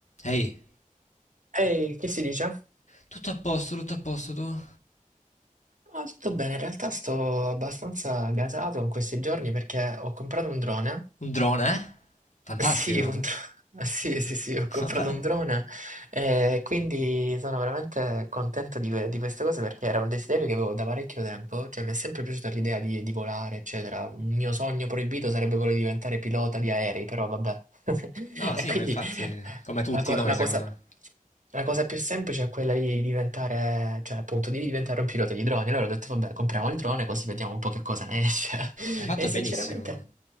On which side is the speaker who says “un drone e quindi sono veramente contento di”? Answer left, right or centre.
Right